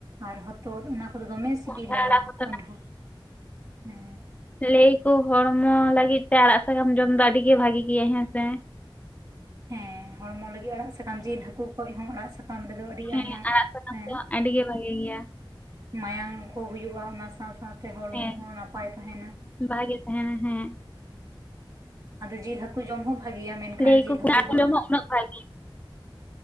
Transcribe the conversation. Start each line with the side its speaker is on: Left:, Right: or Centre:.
Right: ᱟᱨ ᱦᱚᱛᱚᱛ ᱚᱱᱟ ᱠᱚᱫᱚ ᱫᱚᱢᱮ ᱥᱤᱵᱤᱞᱟ
Left: ᱠᱚᱸᱰᱷᱟ ᱟᱲᱟᱜ ᱦᱚᱸ
Right: ᱠᱚᱸᱰᱷᱟ ᱦᱮᱸ
Left: ᱞᱟᱹᱭ ᱟᱠᱚ ᱦᱚᱲᱢᱚ ᱞᱟᱹᱜᱤᱫ ᱛᱮ ᱟᱲᱟᱜ ᱥᱟᱠᱟᱢ ᱡᱚᱢ ᱫᱚ ᱟᱹᱰᱤ ᱜᱮ ᱵᱷᱟᱜᱤ ᱜᱮᱭᱟ ᱦᱮᱸᱥᱮ
Right: ᱦᱮᱸ ᱦᱚᱲᱢᱚ ᱞᱟᱹᱜᱤᱫ ᱟᱲᱟᱜ ᱥᱟᱠᱟᱢ ᱡᱤᱞ ᱦᱟᱹᱠᱩ ᱠᱷᱚᱡ ᱦᱚᱸ ᱟᱲᱟᱜ ᱥᱟᱠᱟᱢ <unintelligible> ᱨᱮᱫᱚ ᱟᱹᱰᱤ
Left: ᱦᱮᱸ
Right: ᱟᱭᱢᱟ
Left: ᱟᱲᱟᱜ ᱥᱟᱠᱟᱢ
Right: ᱮᱸ
Left: ᱫᱚ ᱟᱹᱰᱤ ᱜᱮ ᱵᱷᱟᱜᱮ ᱜᱮᱭᱟ
Right: ᱢᱟᱭᱟᱝ ᱠᱚ ᱦᱩᱭᱩᱜᱼᱟ ᱚᱱᱟ ᱥᱟᱶ ᱥᱟᱶᱛᱮ ᱦᱚᱲᱢᱚ
Left: ᱦᱮᱸ
Right: ᱦᱚᱸ ᱱᱟᱯᱟᱭ ᱛᱟᱦᱮᱱᱟ
Left: ᱵᱷᱟᱜᱮ ᱛᱟᱸᱦᱮᱱᱟ ᱦᱮᱸ
Right: ᱟᱫᱚ ᱡᱤᱞ ᱦᱟᱹᱠᱩ ᱡᱚᱢ ᱦᱚᱸ ᱵᱷᱟᱹᱜᱮᱭᱟ ᱢᱮᱱᱠᱷᱟᱱ
Left: ᱞᱟᱹᱭᱟᱠᱚ
Right: ᱡᱤᱞ ᱦᱟᱹᱠᱩ
Left: ᱟᱨ ᱠᱚ
Right: ᱫᱚ
Left: ᱡᱚᱢᱟ ᱩᱱᱟᱹᱜ ᱵᱷᱟᱜᱮ